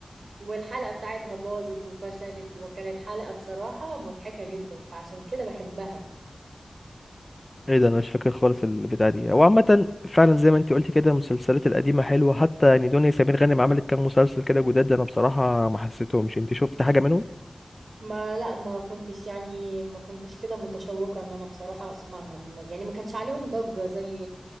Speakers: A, on the right (about 85°); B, on the left (about 30°).
A: والحلقه بتاعتها باظت وفشلت وكانت حلقه بصراحه مضحكه جدا فعشان كده بحبها
B: ايه ده انا مش فاكر خالص البتاع دي هو عامة فعلا زي ما انت قلت كده المسلسلات القديمة حلوة حتى يعني دنيا سمير غانم عملت كام مسلسل كده جداد انا بصراحة ما حسيتهمش انت شفت حاجة منهم
A: ما لا ما كنتش يعني ما كنتش كده متشوقة ان انا بصراحة اسمعهم يعني ما كانش عليهم ضجة زي